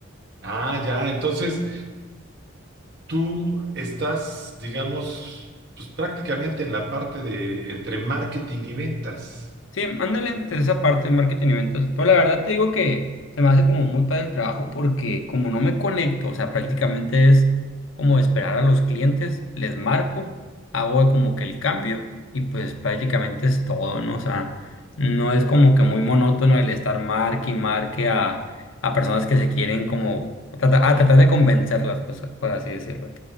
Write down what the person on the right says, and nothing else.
Ah, ya, entonces tú estás, digamos, pues prácticamente en la parte de entre marketing y ventas.